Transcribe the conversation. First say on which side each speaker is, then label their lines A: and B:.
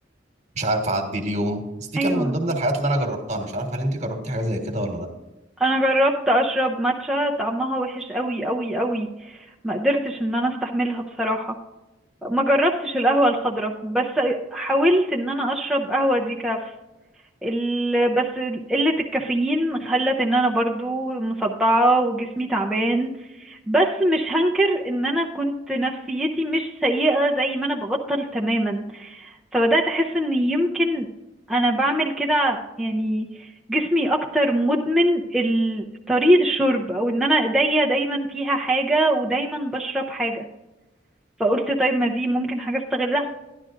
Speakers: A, on the right; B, in the centre.
A: مش عارف اعدي اليوم بس دي
B: ايوه
A: كان من ضمن الحاجات اللي انا جربتها انا مش عارف هل انت جربتي حاجه زي كده ولا لا
B: انا جربت اشرب ماتشا طعمها وحش قوي قوي قوي ما قدرتش ان انا استحملها بصراحة ما جربتش القهوة الخضراء بس حاولت ان انا اشرب قهوة ديكاف ال... بس قلة الكافيين خلت ان انا برضو مصدعة وجسمي تعبان بس مش هنكر ان انا كنت نفسيتي مش سيئة زي ما انا ببطل تماما فبدأت أحس إن يمكن أنا بعمل كده يعني جسمي أكتر مدمن ال- طريقة الشرب أو إن أنا إيديا دايما فيها حاجة ودايما بشرب حاجة فقلت طيب ما دي ممكن حاجة استغلها